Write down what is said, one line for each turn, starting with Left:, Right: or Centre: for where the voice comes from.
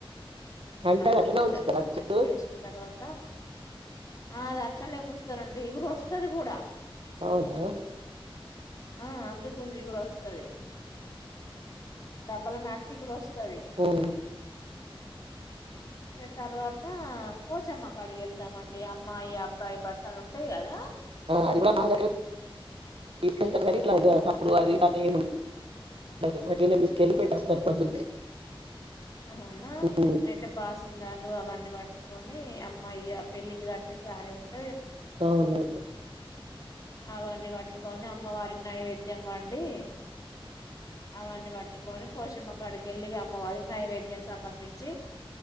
Right: అంటే
Left: అంతుగుంజ
Right: అది అట్లనే ఉంచుతారా చెట్టు
Left: వేసిన తర్వాత ఆ అది అట్లానే ఉంచుతారు అండి ఇగురు వస్తుది కూడా
Right: అవునా
Left: ఆ అందు గుంజ ఇగురు వస్తుది డబ్బల నాటితే ఇగురు వస్తాది స్తాది
Right: ఉమ్.
Left: ఇగ తర్వాత పోచమ్మ కు అక్కడిగెళ్తామండి అమ్మాయి అబ్బాయి బట్టలు ఉంటాయి కదా
Right: అది కూడా మా దగ్గర తీసుకెళ్తారు కనీ ఇట్లా సప్పుడు అది అ ఏమి ఉండదు తీసుకెళ్ళి పెట్టి వస్తారు పొద్దున్నే
Left: అవునా
Right: ఉమ్,
Left: అయితే బాసింగాలు అవన్నీ పట్టుకొని అమ్మాయి పెళ్ళికి కట్టే సారే ఉంటా
Right: అవును
Left: అవన్నీ పట్టుకొని అమ్మవారికి నైవేద్యం వండి అవన్నీ పట్టుకొని పోషమ్మ కాడికెళ్ళి ఇగ అమ్మవారికి నైవేద్యం సమర్పించి